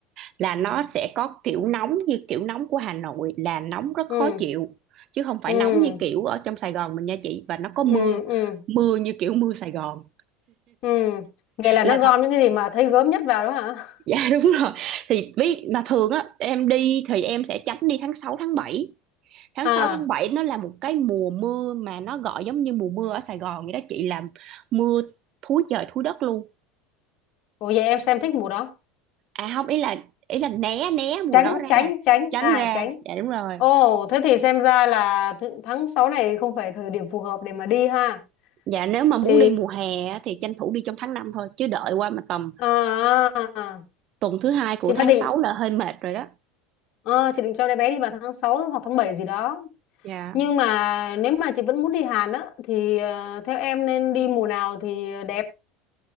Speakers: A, on the right; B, on the left.
A: là nó sẽ có kiểu nóng như kiểu nóng của Hà Nội là nóng rất
B: Ừ
A: khó chịu chứ không phải
B: ừ
A: nóng như kiểu ở trong Sài Gòn mình nha chị và nó có
B: ừ
A: mưa
B: ừ
A: mưa như kiểu mưa Sài Gòn
B: ừ. Vậy là
A: là
B: nó gom
A: thật
B: những cái gì mà thấy gớm nhất vào đó hả?
A: <laughs> dạ đúng rồi thì ví mà thường á em đi thì em sẽ tránh đi tháng sáu tháng bảy tháng
B: À,
A: sáu tháng bảy nó là một cái mùa mưa mà nó gọi giống như mùa mưa ở Sài Gòn vậy đó chị làm mưa thúi trời thúi đất luôn
B: ủa vậy em xem thích mùa đó.
A: à không ý là ý là né né mùa
B: tránh
A: đó ra
B: tránh tránh
A: tránh
B: à
A: ra
B: tránh
A: dạ đúng rồi
B: ồ thế thì xem ra là th- tháng 6 này không phải thời điểm phù hợp để mà đi ha
A: dạ nếu mà muốn
B: thì
A: đi mùa hè á, thì tranh thủ đi trong tháng 5 thôi chứ đợi qua mà tầm
B: à, à, à,
A: tuần thứ hai của
B: chị đã
A: tháng
B: định
A: sáu là hơi mệt rồi đó
B: à, chị định cho đứa bé đi vào tháng 6 hoặc tháng 7 gì đó
A: dạ
B: nhưng mà nếu mà chị vẫn muốn đi Hàn á thì ờ, theo em nên đi mùa nào thì đẹp